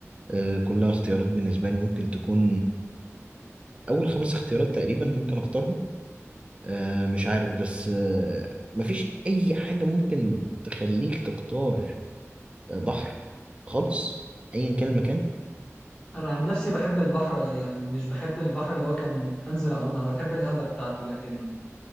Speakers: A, on the right; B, on the left.
A: آه، كلها اختيارات بالنسبة لي ممكن تكون أول خمس اختيارات تقريبا ممكن أختارهم آه، مش عارف بس آه، مفيش أي حاجة ممكن تخليك تختار آه، بحر خالص أيا كان المكان
B: انا عن نفسي بحب البحر يعني مش بحب البحر اللي هو كان انزل اعوم انا بحب القعده بتاعته لكن